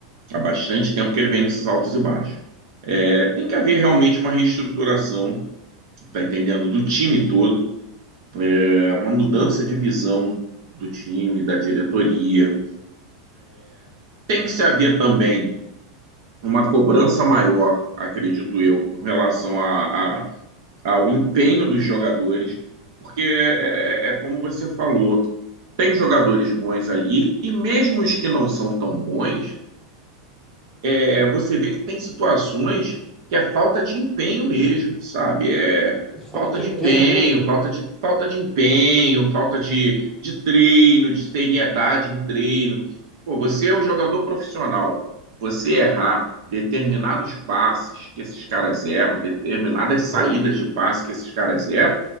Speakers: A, on the right; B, in the centre.
A: Há bastante tempo que ele vem nesses altos e baixos. É, tem que haver realmente uma reestruturação, tá entendendo, do time todo, é, uma mudança
B: Sim.
A: de visão do time, da diretoria. Tem que se haver também uma cobrança maior, acredito eu, com relação a, a, ao empenho dos jogadores, porque é, é é como você falou, tem jogadores bons ali, e mesmo os que não são tão bons, é, você vê que tem situações que é falta de empenho mesmo, sabe? É
B: Falta
A: falta
B: de
A: de
B: empenho
A: empenho,
B: mesmo.
A: falta de, falta de empenho, falta de, de treino, de seriedade em treino. Pô, você é um jogador profissional. Você errar determinados passes que esses caras erram, determinadas saídas
B: Norm-
A: de passe que esses caras erram,